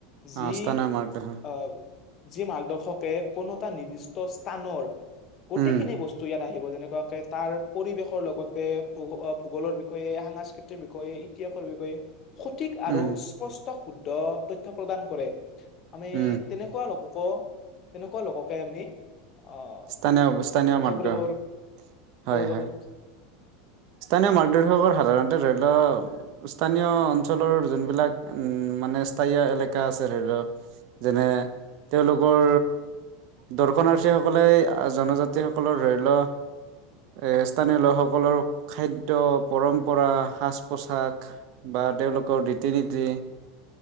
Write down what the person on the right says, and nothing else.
অ স্থানীয় মাৰ্গদৰ্শক
উম
উম
উম
স্থানীয় স্থানীয় মাৰ্গদৰ্শক
হয়
হয় স্থানীয় মাৰ্গদৰ্শকৰ সাধাৰণ এ ধৰি লও স্থানীয় অঞ্চলৰ যোনবিলাক উম মানে স্থায়ীয় এলেকা আছে ধৰি লও যেনে তেওঁলোকৰ দৰ্শনাৰ্থী- সকলে জনজাতিসকলৰ ধৰি লওক স্থানীয় লোকসকলৰ খাদ্য পৰম্পৰা সাজ পোছাক বা তেওঁলোকৰ ৰীতি নীতি